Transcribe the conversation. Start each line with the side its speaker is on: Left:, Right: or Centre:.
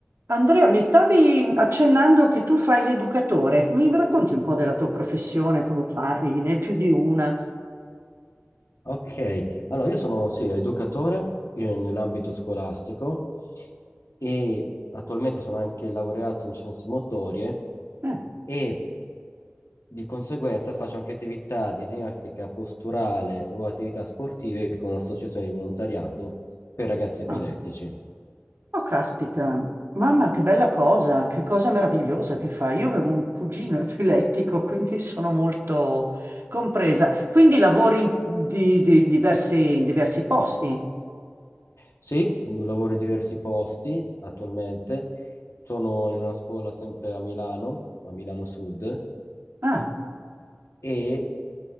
Right: Andrea, mi stavi accennando che tu fai l'educatore. Mi racconti un po' della tua professione, come fai? Ne hai più di una?
Left: Ok, allora io sono sì, educatore eh, nell'ambito scolastico e attualmente sono anche laureato in scienze motorie
Right: Eh,
Left: e di conseguenza faccio anche attività di ginnastica posturale o attività sportive con un'associazione di volontariato per ragazzi epilettici.
Right: ah. Oh, caspita, mamma, che bella cosa, che cosa meravigliosa che fai. Io avevo un cugino <laughs> epilettico, quindi sono molto compresa. Quindi lavori in, di- di- in diversi, in diversi posti?
Left: Sì, lavoro in diversi posti attualmente, sono in una scuola sempre a Milano, a Milano Sud
Right: Ah,
Left: e